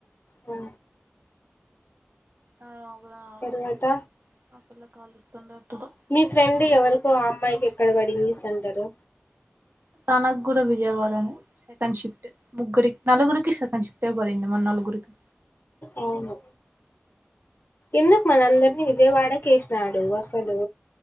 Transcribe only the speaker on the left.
ఆ
తర్వాత
మీ ఫ్రెండ్ ఎవరికో ఆ అమ్మాయికి ఎక్కడ పడిందిస్ అంటారు
అవును ఎందుకు మన అందరినీ విజయవాడ కష్నాడు అసలు